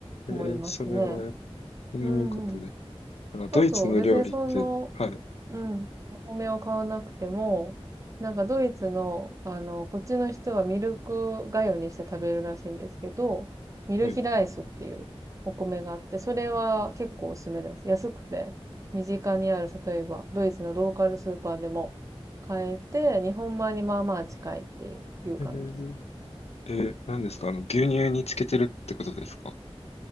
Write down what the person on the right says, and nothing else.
思いますね。
うんうん。
あと、別にその、
うん、お米を買わなくても、なんかドイツの、あの、こっちの人はミルクがゆにして食べるらしいんですけど、ミルヒライスっていうお米があって、
それは結構おすすめです。安くて、身近にある、例えば、ドイツのローカルスーパーでも買えて、日本米にまあまあ近いっていう、いう感じです。